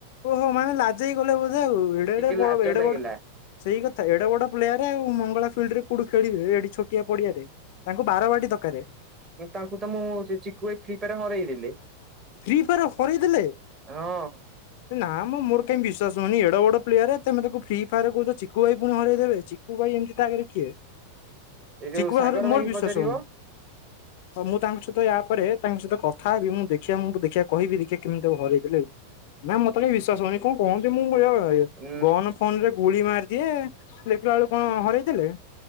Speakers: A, on the left; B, on the right.
A: ଓହୋ ମାନେ ଲାଜେଇ ଗଲେ ବୋଧେ ଆଉ, ଏଡ଼େ
B: ଟିକେ
A: ଏଡ଼େ
B: ଲାଜ
A: ଫଲ, ଏଡ଼େ
B: ଲାଗିଲା
A: ବଡ଼। ସେଇ କଥା, ଏଡ଼େ ବଡ଼ ପ୍ଲେୟାର ଆଉ ମଙ୍ଗଳା ସାଇଡ଼ ରେ କୋଉଠି ଖେଳିବେ? ଏଡ଼ି ଛୋଟିଆ ପଡ଼ିଆରେ। ତାଙ୍କୁ ବାରବାଟୀ ଦରକାରେ।
B: କିନ୍ତୁ ତାଙ୍କୁ ତ ମୁଁ ସେ ଚିକୁ ଏ ଫ୍ରି ପା ରେ ହରେଇଦେଲି।
A: Free fire ହରେଇଦେଲେ?
B: ହଁ
A: ନାଁ ମ ମୋର୍ କାଇଁ ବିଶ୍ୱାସ ହୋଉନି। ଏଡ଼େ ବଡ଼ ପ୍ଲେ ୟାର ତମେ ତାକୁ ଫ୍ଲି ଫାୟାର୍ କୋହୁଚ ଚିକୁ ଭାଇ ପୁଣି ହରେଇଦେବେ ଚି ଶୁ ଭାଇ ଏମିତି ତା ଆଗରେ କିଏ?
B: ଏଇ ଯୋଉ
A: ଚିକୁ
B: ସାଗର
A: ବାହରେ
B: ଭାଇ
A: ମୋର
B: କି
A: ବିଶ୍ୱାସ
B: ପଚାରିବ
A: ହୋଉନି। ହଉ ମୁଁ ତାଙ୍କ ସହିତ ୟା ପରେ ତାଙ୍କ ସହିତ କଥା ହେବି, ମୁଁ ଦେଖି ଦେଖିଆ ମୁଁ ତ ଦେଖିଆ କହିବି ଦେଖିଆ କେମିତି ତାକୁ ହରେଇଦେଲେ ଆଉ, ମ୍ୟାମ୍ ମତେ କାଇଁ ବିଶ୍ୱାସ ହୋଉନି, କଣ କହନ୍ତି ନି, ମୁଁ ବେ
B: ଉଁ
A: ଗନ୍ ଫନ୍ ରେ ଗୁଳି ମାରିଦିଏ, ଦେଖିଲା ବେଳକୁ କଣ ହରେଇଦେଲେ?